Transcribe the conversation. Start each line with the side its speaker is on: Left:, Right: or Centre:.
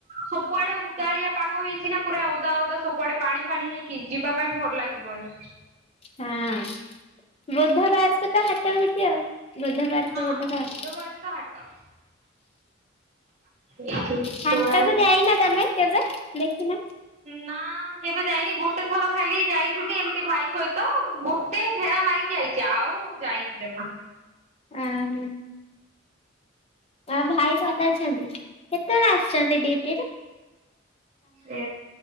Right: ସବୁଆଡେ ଉଦାଳିଆ ପାଗ ହେଇଛି ନା ପୁରା ଓଉଦା ଓଦା ସବୁଆଡେ ପାଣି ଫାଣି ହେଇକି ଯିବା ପାଇଁ ଭଲ ଲାଗିବନି।
Left: ହଁ ବୃଧ ବାର୍କ ତ ହାଟ ହଉଛି ଆଉ। ବୁଦ୍ଧବାର
Right: ହଁ
Left: ତ ବୁଧବାର
Right: ତ ହାଟ ଏଇଠି ବୁଧବାର
Left: ହଣ୍ଟାକୁ ଯାଇନା ତମେ କେବେ ଦେଖିନ।
Right: ନା। କେବେ ଯାଇନି ଗୋଟେ ଥର ଖାଲି ଯାଇଥିଲି ଏମିତି ଭାଇ ସହିତ ଗୋଟେ ଘେରା ମାରିକି ଯଇଛି ଆଉ। ଆଉ ଯାଇନି ଜମା।
Left: ହଁ ହୁଁ। ତ ଭାଇ ଭଲ ଅଛନ୍ତି କେତେବେଳେ ଆସୁଛନ୍ତି ଡିଟିରେ
Right: ଏ